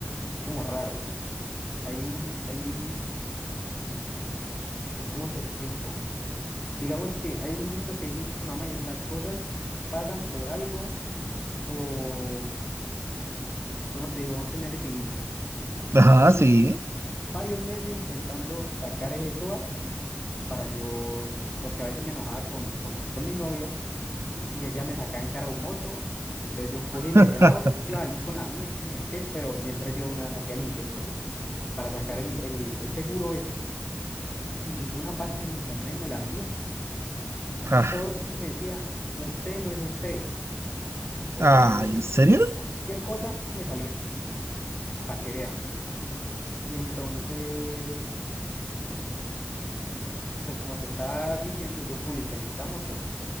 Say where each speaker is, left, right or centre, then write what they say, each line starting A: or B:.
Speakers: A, on the left; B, on the right.
A: Es como raro. Ahí, ahí, ¿cómo te explico? Digamos que hay un dicho que dice mi mamá y es las cosas pasan por algo o, o ¿cómo te digo? Son señales divinas.
B: Ajá,
A: Yo ya
B: sí.
A: llevo varios meses intentando sacar ese SOAT para yo, porque a veces me enojaba con, con, con mi novia y ella me sacaba en cara un moto. Entonces yo cogí y le
B: <laughs>
A: decía, ah, bueno, entonces yo voy a salir con la mía, que yo no sé qué, pero y entonces yo una, hacía el intento para sacar el, el, el seguro ese y ninguna página en internet me la vendía.
B: Ah,
A: todo el mundo me decía, usted no es usted, o
B: ah, ¿en serio?
A: cualquier cosa me salían, para que vean. Y entonces, pues como te estaba diciendo, yo publiqué la moto,